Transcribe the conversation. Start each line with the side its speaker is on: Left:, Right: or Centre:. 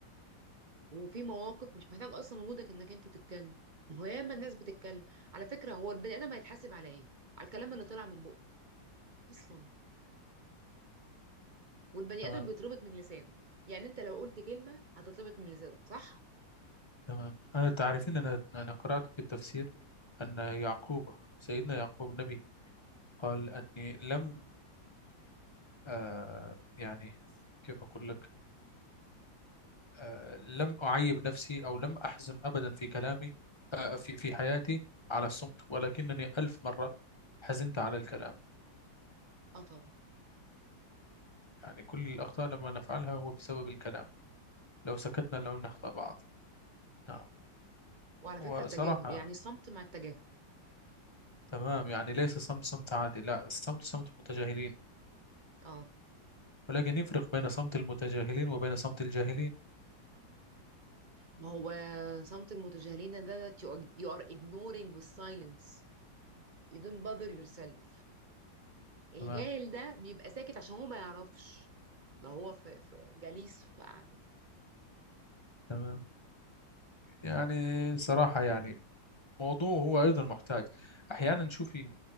Right: وفي مواقف مش محتاج اصلا وجودك انك انت تتكلم ما هو ياما الناس بتتكلم على فكره هو البني ادم هيتحاسب على ايه على الكلام اللي طلع من بقه اصلا والبني
Left: تمام
Right: ادم بيتربط من لسانه يعني انت لو قلت كلمه هتتربط من لسانك صح
Left: تمام أنا تعرفين أنا أنا قرأت في التفسير أن يعقوب سيدنا يعقوب النبي قال أني لم آه يعني كيف أقول لك آه، لم أعيب نفسي أو لم أحزن أبدا في كلامي آه، في في حياتي على الصمت ولكنني ألف مرة حزنت على الكلام
Right: اه طبعا
Left: يعني كل الأخطاء لما نفعلها هو بسبب الكلام لو سكتنا لم نخطأ بعض نعم
Right: وعلى فكرة
Left: وصراحة
Right: التجاهل يعني الصمت مع التجاهل
Left: تمام يعني ليس صمت صمت عادي لا الصمت صمت متجاهلين
Right: اه
Left: ولكن يفرق بين صمت المتجاهلين وبين صمت الجاهلين
Right: ما هو صمت المتجاهلين ده ده you are you are ignoring with silence you don't bother yourself الجاهل
Left: تمام
Right: ده بيبقى ساكت عشان هو ما يعرفش لو هو في, في جليس في قعدة
Left: تمام يعني صراحة يعني موضوع هو أيضا محتاج أحيانا شوفي